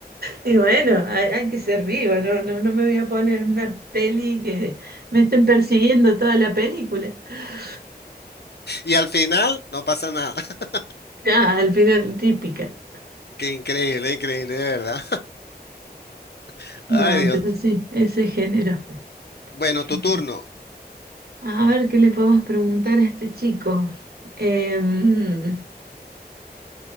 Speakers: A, on the right (about 65°); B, on the left (about 75°).
A: Y bueno, hay, hay que ser vivo, no, no, no me voy a poner en una peli que me estén persiguiendo toda la película. <laughs>
B: Y al final no pasa nada. <laughs>
A: Ah, al final típica.
B: Qué increíble, increíble, de verdad. <laughs>
A: No,
B: Ay, Dios.
A: pero sí, ese género.
B: Bueno,
A: género.
B: tu turno.
A: A ver qué le podemos preguntar a este chico. Em,